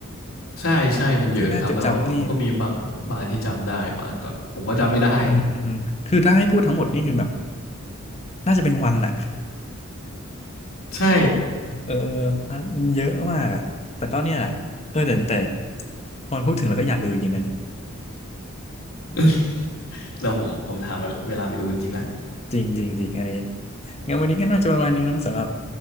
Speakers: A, on the left (about 75°); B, on the left (about 30°).
A: ใช่ใช่มันเยอะครับแล้วว่าก็มีบางบางอันที่จำได้บางอันก็ผมก็จำไม่ได้
B: ที่น่าจดจำนี่อืมฮึอืมฮึคือถ้าให้พูดทั้งหมดนี่คือแบบน่าจะเป็นวันแหละ
A: <laughs> ใช่
B: เออเออนะมันเยอะมากอะแต่ก็เนี่ยแหละเออแต่แต่พอพูดถึงแล้วก็อยากดูจริงๆนะเนี่ย
A: <laughs> แล้วผมผมถามเวลาไปดูจริงๆแล้ว
B: จริงจริงจริงอะไรงั้นวันนี้ก็น่าจะประมาณนี้มั้งสำหรับ